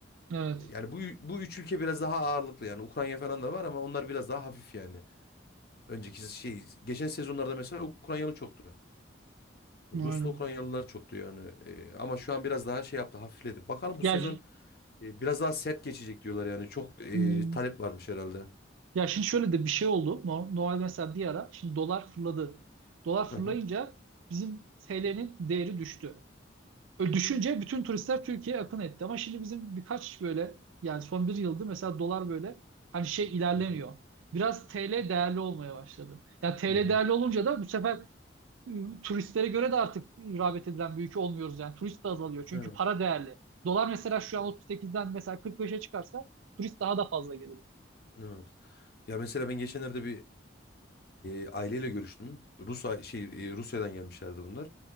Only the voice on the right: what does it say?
Evet.
Aynen.
Ya,
hmm,
ya şimdi şöyle de bir şey oldu. No- Normal mesela bir ara şimdi dolar fırladı. Dolar
fırlayınca
bizim TL'nin değeri düştü. Öyle düşünce bütün turistler Türkiye'ye akın etti. Ama şimdi bizim birkaç böyle yani son bir yıldır mesela dolar böyle hani şey ilerlemiyor.
Biraz TL değerli olmaya başladı. Ya TL
değerli olunca da bu sefer e, turistlere göre de artık rağbet edilen bir ülke olmuyoruz yani. Turist de azalıyor çünkü
para değerli. Dolar mesela şu an 38'den mesela 45'e çıkarsa turist daha da fazla gelir.